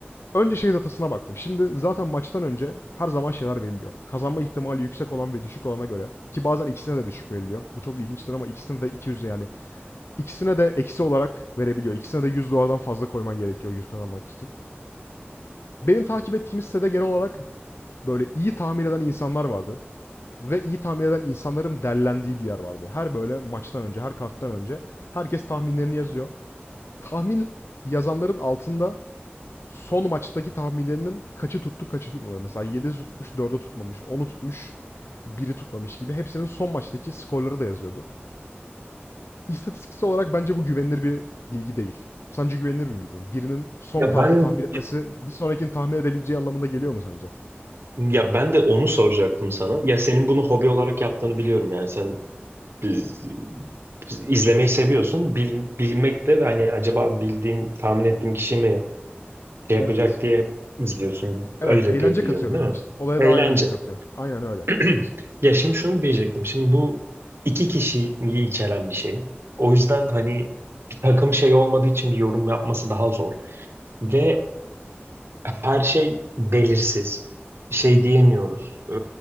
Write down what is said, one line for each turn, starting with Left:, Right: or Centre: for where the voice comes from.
Left: Önce şey datasına baktım. Şimdi zaten maçtan önce her zaman şeyler veriliyor. Kazanma ihtimali yüksek olan ve düşük olana göre. Ki bazen ikisine de düşük veriliyor. Bu çok ilginçtir ama ikisine de 200 yani İkisine de eksi olarak verebiliyor. İkisine de 100 dolardan fazla koyman gerekiyor 100 kazanmak için. Benim takip ettiğim sitede genel olarak böyle iyi tahmin eden insanlar vardı. Ve iyi tahmin eden insanların derlendiği bir yer vardı. Her böyle maçtan önce, her karttan önce herkes tahminlerini yazıyor. Tahmin yazanların altında son maçtaki tahminlerinin kaçı tuttu, kaçı tutmadı. Mesela 7'si tutmuş, 4'ü tutmamış, onu tutmuş, biri tutmamış gibi. Hepsinin son maçtaki skorları da yazıyordu. İstatistiksel olarak bence bu güvenilir bir bilgi değil. Sence güvenilir bir bilgi mi? Birinin son
Right: Ya
Left: kartı
Right: ben
Left: tahmin etmesi bir sonrakini tahmin edebileceği anlamına geliyor mu sence?
Right: <clears throat> ya ben de onu soracaktım sana. Ya senin bunu hobi olarak yaptığını biliyorum yani sen biz- biz- izlemeyi seviyorsun. Bil- bilmek de hani acaba bildiğim, tahmin ettiğim kişi mi şey yapacak
Left: Evet.
Right: diye izliyorsun.
Left: Evet,
Right: Öyle
Left: eğlence
Right: diye biliyorum
Left: katıyor benim
Right: değil mi?
Left: için. Olaya
Right: Eğlence.
Left: daha eğlence katıyor. Aynen öyle.
Right: <clears throat> Ya şimdi şunu diyecektim. Şimdi bu iki kişiyi içeren bir şey. O yüzden hani bir takım şey olmadığı için bir yorum yapması daha zor. Ve her şey belirsiz. Şey diyemiyoruz. Ee,